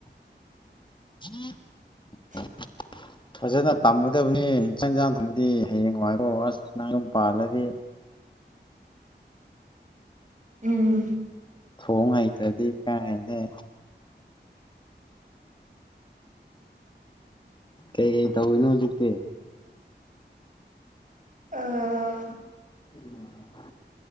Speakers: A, on the left; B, on the right.
A: <unintelligible>
B: <inaudible>
A: ꯐꯖꯅ ꯇꯝꯒꯗꯕꯅꯤ ꯆꯥꯛ ꯏꯟꯁꯥꯡ ꯊꯣꯡꯕꯗꯤ ꯍꯌꯦꯡꯋꯥꯢꯕꯥꯎ ꯑꯁ ꯅꯪ ꯌꯨꯝ ꯄꯥꯜꯂꯗꯤ
B: ꯎꯝ
A: ꯊꯣꯡ ꯍꯩꯇ꯭ꯔꯗꯤ ꯀꯥꯏꯗꯦ ꯀꯩꯀꯩ ꯇꯧꯋꯤꯅꯣ ꯍꯨꯖꯤꯛꯇꯤ
B: ꯑꯥ
A: <inaudible>